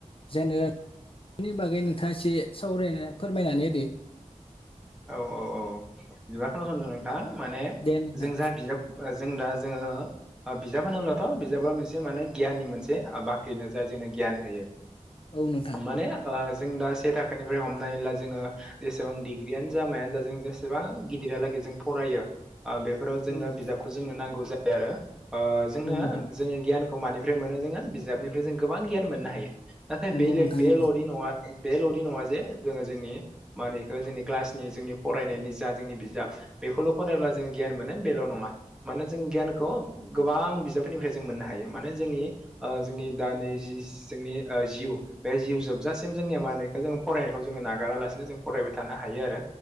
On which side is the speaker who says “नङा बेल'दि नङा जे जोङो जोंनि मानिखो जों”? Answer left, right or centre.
Centre